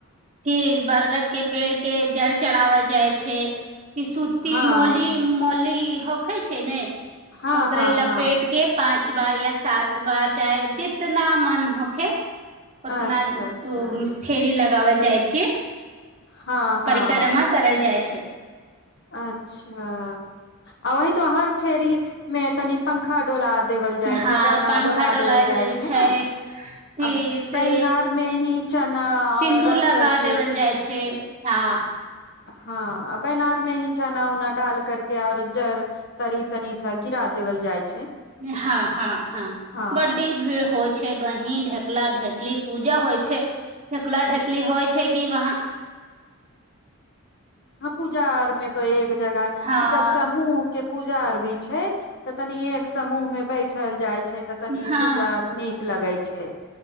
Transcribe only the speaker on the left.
हँ
हँ
हँ
हँ
अच्छा अच्छा
हँ हँ
अच्छा आ वही तो हर फेरी मे तनि पंखा डोला देवल जाइ
छैय बैना
डोला देवल जाइ छैय
ने
अब
बैनार में ही चना
अ रख
करके
हँ बैनार में ही चना उना डाल करके आओर जर तनी तनी सा गिरा देवल जाइ छैय
हँ
हँ पूजा आरमे त एक जगह
ई सब समुह के पूजा आर भी छैय तऽ तनी एक समूह में बै- ठल जाइ छै तऽ तनी
पूजा आर नीक लगै छैय हे